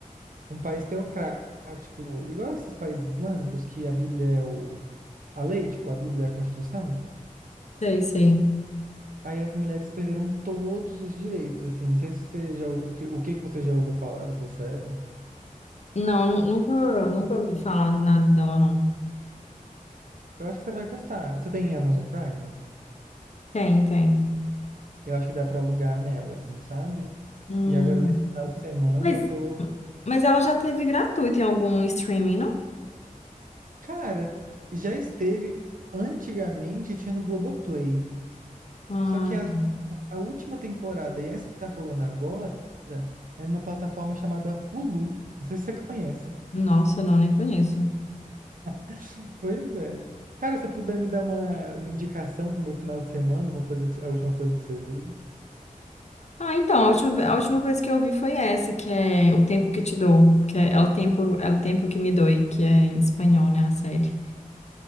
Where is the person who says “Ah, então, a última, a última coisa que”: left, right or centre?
Left